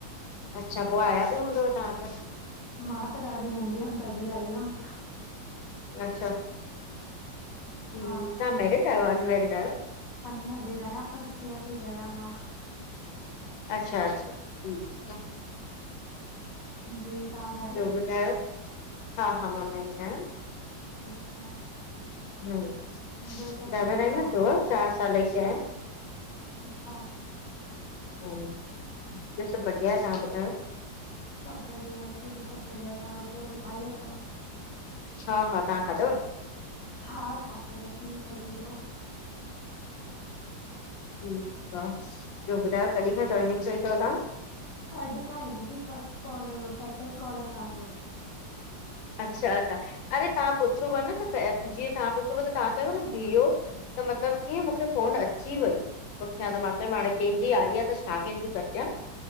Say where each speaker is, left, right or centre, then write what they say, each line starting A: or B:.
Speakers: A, on the left; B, on the left.
A: अच्छा, पो आया बि हूंदव तहां त?
B: मां त ॾाढी नंढीं हम तॾी आई हम।
A: अच्छा। हम्म,
B: हा
A: तहां मैरिड आहियो अनमैरिड आहियो?
B: अनमेरिड आहियां, फर्स्ट ईयर ती कयां मां।
A: अच्छा -अच्छा ठीक आ।
B: जी तहां मैरि
A: ॿियो ॿुधायो, हा- हा मां मैरिड आहियां।
B: अच्छा।
A: हम्म,
B: ॿियो सभु
A: ज्यादा
B: ठीकु
A: टाईम न थियो आ चार साल ई थिया हिनि।
B: अच्छा -अच्छा
A: हुं ॿियो सभु बढ़िया आहे, तहां ॿुधायो?
B: सभु बढ़िया हिते बि सभु बढ़िया, तहां रोटी वोटी खाई वरतव।
A: हा हा तहां खादव?
B: हा खाई वठी कॾीजो।
A: ठीक आ, ॿियो ॿुधायो कॾी खां ज्वाइनिंग कई तव तहां?
B: अॼु खां ई दीदी, फर्स्ट कॉल हुयो सैकेंड कॉल आ तहांजो।
A: अच्छा -अच्छा अरे तहां पुछुव न त जीअं तहां पुछियो पिया त तहां चयुव न बिह्यो त मतिलबु कीअं मुखे फोन अची वई। पुठियां त मां चयमि हाणें केहिजी आई आ त छा कंहिंजी कटियां